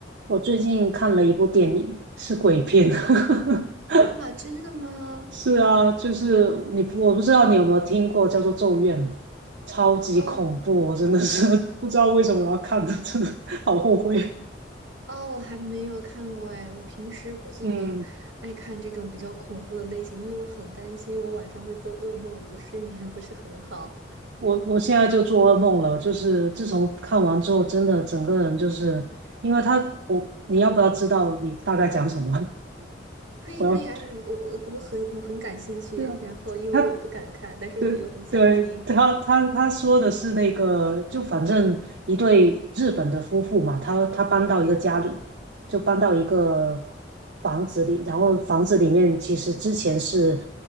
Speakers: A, on the right; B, on the right.
A: 我最近看了一部电影，是鬼片。<laughs>
B: 哇，真的吗？
A: 是啊，就是你不我不知道你有没有听过，叫做《咒怨》，超级恐怖，
B: 哦
A: 我真的是 <laughs> 不知道为什么我要看，的，真的好后悔。
B: 哦，我还没有看过哎，我平时不怎么爱看这种比较恐怖的类型，
A: <laughs> 嗯，
B: 因为我很担心我晚上会做噩梦，我的睡眠不是很好。
A: 我我现在就做噩梦了，就是自从看完之后，真的整个人就是，因为他，我，你要不要知道你大概讲什么？
B: 可以可以啊，
A: <laughs> 我要，
B: 你我我我很我很感兴趣，
A: 对啊，
B: 然后因为我不敢看，
A: 他。
B: 但是我又很想听。
A: 对对，他他他说的是那个，就反正一对日本的夫妇嘛，他他搬到一个家里，就搬到一个房子里，然后房子里面其实之前是